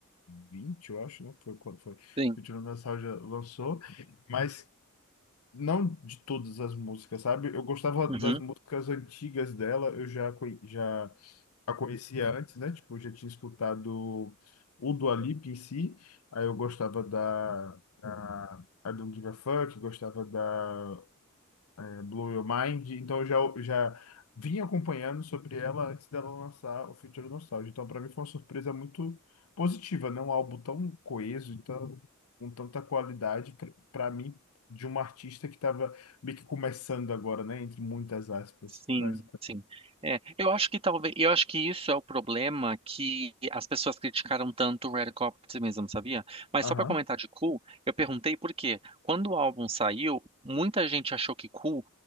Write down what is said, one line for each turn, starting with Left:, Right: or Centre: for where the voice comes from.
Left: vinte eu acho, né? Foi quando foi.
Right: sim.
Left: Futura Nostalgia lançou, mas não de todas as músicas, sabe? Eu gostava
Right: Uhum.
Left: das músicas antigas dela, eu já, conhe- já a conhecia antes, né? Tipo, eu já tinha escutado o Dua Lipa em si, aí eu gostava da, da I Don't Give a Fuck, gostava da eh, Blow Your Mind, então eu já, eu já vinha acompanhando sobre ela antes dela lançar o Future Nostalgia, então para mim foi uma surpresa muito positiva, né? Um álbum tão coeso, então com tanta qualidade para mim de uma artista que estava meio que começando agora, né? Entre muitas aspas,
Right: Sim,
Left: mas
Right: sim. É, eu acho que talvez, eu acho que isso é o problema que as pessoas criticaram tanto o Radical Optimism, sabia? Mas
Left: aham,
Right: só pra comentar de Cool, eu perguntei por quê. Quando o álbum saiu, muita gente achou que Cool